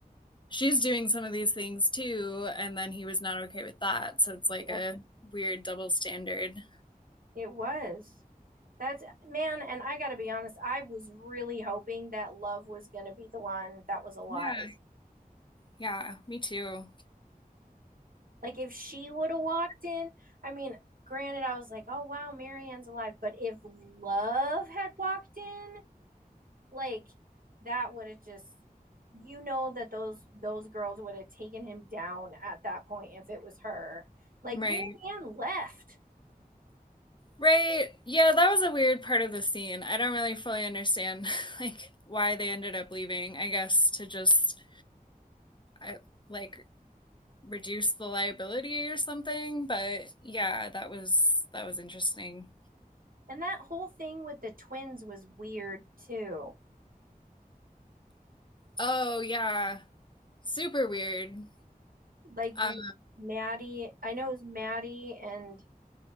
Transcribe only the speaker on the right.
Yep.
It was. That's man, and I gotta be honest, I was really hoping that love was gonna be the one that was alive.
Like if she would have walked in, I mean, granted, I was like, oh wow, Marianne's alive. But if Love had walked in, like that would have just you know that those those girls would have taken him down at that point if it was her. Like
Marianne left.
And that whole thing with the twins was weird too.
Like
Maddie, I know it was Maddie and